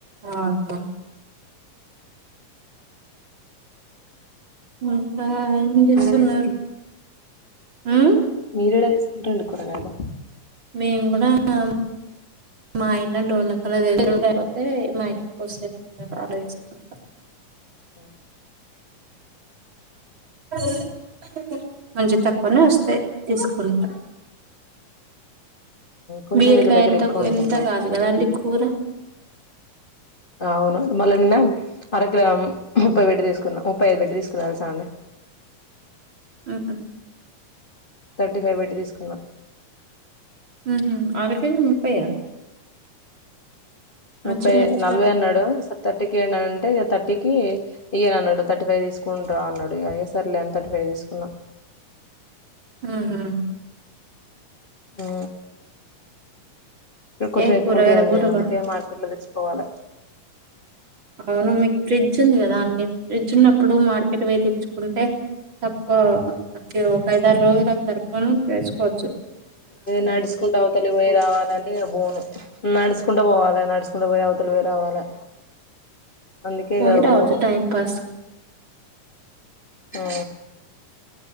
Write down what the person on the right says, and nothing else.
<inaudible> ఇంకా ఏంచేస్తున్నారు
ఆ
మేము కూడా ఆమ్ మా ఆయన డోర్నకల్లో <unintelligible> లేకపోతే మా అక్క వస్సే కూరగాయలు తీసుకుంటా
<inaudible> మంచి తక్కువనే వస్తాయి తీసుకుంటా
బీరకాయ
ఎంతకు
ఎంత
కాదు కదండి కూర
మ్మ్ హ్
మ్మ్ హు అరకేజి ముప్పైయా
మంచినే ఇచ్చారు
మ్మ్ హుం
ఏ
కూరగాయలకు కూడా
అవును మీకు ఫ్రిడ్జ్ ఉంది కదా అండి ఫ్రిడ్జ్ ఉన్నప్పుడు మార్కెట్ వోయి తెచ్చుకుంటే తక్కువ అంటే ఒక ఐదారు రోజులకు సరిపోను తెచ్చుకో
పోయి
రావచ్చు
టైం పాస్